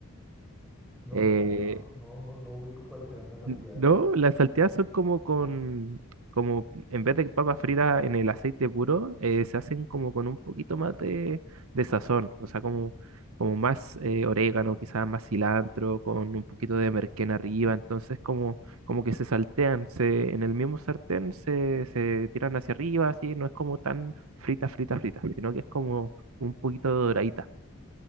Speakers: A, in the centre; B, on the right (about 75°).
A: No,
B: Eh,
A: la verdad, no, no, no ubico cuáles serán las salteadas.
B: N- No, las salteadas son como con, como en vez de papas fritas en el aceite puro, eh, se hacen como con un poquito más de, de sazón, o sea, como, como más eh, orégano, quizás más cilantro, con un poquito de merquén arriba, entonces como, como que se saltean, se, en el mismo sartén se, se tiran hacia arriba, así, no es como tan frita, frita, frita, sino que es como un poquito doradita.